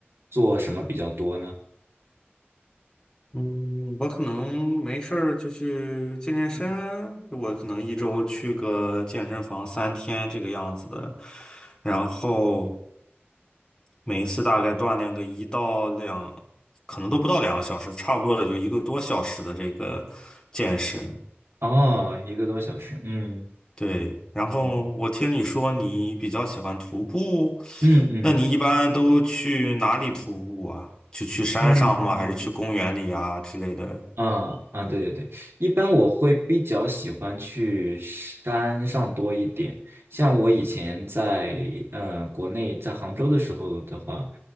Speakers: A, on the right; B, on the left.
A: 做什么比较多呢？
B: 嗯，我可能没事儿就去健健身，
A: 嗯，
B: 我可能一周去个健身房三天这个样子的，然后每一次大概锻炼个一到两，可能都不到两个小时，差不多也就一个多小时的这个健身。
A: 哦，一个多小时，嗯
B: 对，然后我听你说你比较喜欢徒步，
A: 嗯嗯嗯
B: 那你一般都去哪里徒步啊？就去山上吗？
A: 嗯嗯，
B: 还是去公园里啊之类的？
A: 啊啊对对对，一般我会比较喜欢去山上多一点。像我以前在嗯、呃国内在杭州的时候的话，